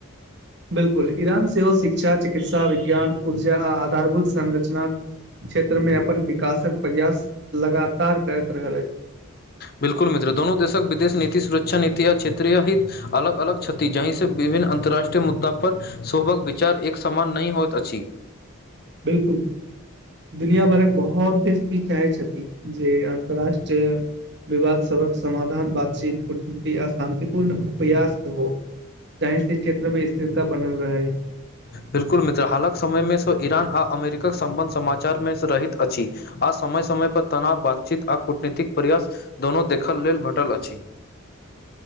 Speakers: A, on the right; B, on the left.
A: बिलकुल ईरान सेहो शिक्षा चिकित्सा विज्ञान ऊर्जा आ आधारभूत संरचना क्षेत्रमे अपन विकासक प्रयास लगातार करैत रहल अछि।
B: बिल्कुल मित्र दोननो देशक विदेश नीति सुरक्षा नीति आ क्षेत्रीय हित अलग अलग क्षति जहिं से बी। विभिन्न अन्तर्राष्ट्रीय मुद्दा पर शोभक विचार एक समान नहि होइत अछि।
A: बिलकुल दुनिया भर एक बहुत देश क चाय छति। जी अन्तरराष्ट्रीय विवाद सबक समाधान बातचीत कूटनीति आ शान्तिपूर्ण उपयास हो। जाहि से क्षेत्र मे स्थिरता बनल रहै।
B: बिल्कुल मित्र हालक समयमे सेहो ईरान आ अमेरिकाक सम्बन्ध समाचार मे रहैत अछि आ। समय समय पर तनाव बातचीत आ कूटनीतिक प्रयास दोनोू देखल लेल भेटल अछि। <unintelligible>